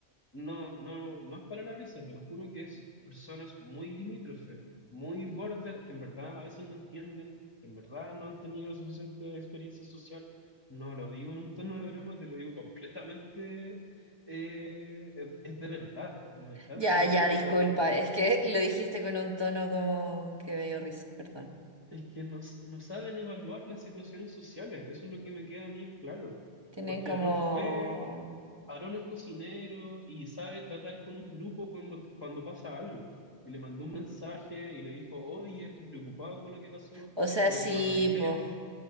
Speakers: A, on the left; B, on the right.
A: No, no, no es para la risa, te lo juro que es personas muy limítrofe, muy border, que en verdad a veces no entienden, que en verdad no han tenido suficiente experiencia social. No lo digo en un tono de broma, te lo digo completamente. eh, es, es de verdad, de verdad
B: Ya,
A: siento
B: ya,
A: que
B: disculpa, es que lo dijiste con un tono como que me dio risa, perdón.
A: es que no, s- no saben evaluar las situaciones sociales. Eso es lo que me queda a mí en claro.
B: Tienen
A: Porque
B: como...
A: Aarón fue Aarón es cocinero y sabe tratar con un grupo cuando, cuando pasa algo. Y le mandó un mensaje y le dijo, oye, estoy preocupado por lo que pasó,
B: O sea,
A: quiero
B: sí,
A: que nos arreglemos.
B: po,